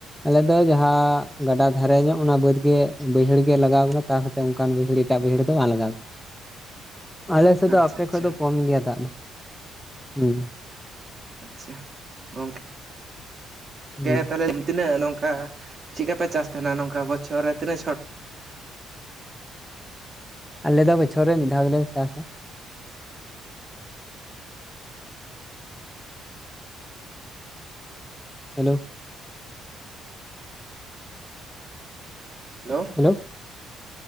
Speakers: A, in the centre; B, on the right.
A: ᱟᱞᱮ ᱫᱚ ᱡᱟᱦᱟᱸ ᱜᱟᱰᱟ ᱫᱷᱟᱨᱮ ᱧᱚᱜ ᱚᱱᱟ ᱵᱟᱹᱫ ᱜᱮ ᱵᱟᱹᱭᱦᱟᱹᱲ ᱜᱮ ᱞᱟᱜᱟᱣ ᱠᱟᱱᱟ᱾ ᱛᱟᱨᱦᱚᱛᱮ ᱚᱱᱠᱟᱱ ᱵᱟᱹᱭᱦᱟᱹᱲ ᱮᱴᱟᱜ ᱵᱟᱹᱭᱦᱟᱹᱲ ᱫᱚ ᱵᱟᱝ ᱞᱟᱜᱟᱣ ᱟᱞᱮ ᱥᱮᱫ ᱫᱚ
B: ᱟᱪᱪᱷᱟ
A: ᱟᱯᱮ
B: ᱟᱪᱪᱷᱟ
A: ᱠᱷᱚᱡ ᱫᱚ ᱠᱚᱢ ᱜᱮᱭᱟ ᱫᱟᱜ ᱫᱚ᱾ ᱦᱩᱸ᱾
B: ᱟᱪᱪᱷᱟ ᱜᱚᱝᱠᱮ᱾
A: ᱦᱩᱸ
B: ᱠᱮ ᱛᱟᱦᱚᱞᱮ ᱛᱤᱱᱟᱹᱜ ᱱᱚᱝᱠᱟ ᱪᱮᱫᱠᱟ ᱯᱮ ᱪᱟᱥ ᱛᱟᱦᱮᱱᱟ ᱱᱚᱝᱠᱟ ᱵᱚᱪᱷᱚᱨ ᱨᱮ ᱛᱤᱱᱟᱹᱜ ᱪᱷᱚᱴ?
A: ᱟᱞᱮ ᱫᱚ ᱵᱚᱪᱷᱚᱨ ᱨᱮ ᱢᱤᱫ ᱫᱷᱟᱣ ᱜᱮᱞᱮ ᱪᱟᱥᱟ᱾ ᱦᱮᱞᱳ᱾
B: ᱦᱮᱞᱳ᱾
A: ᱦᱮᱞᱳ᱾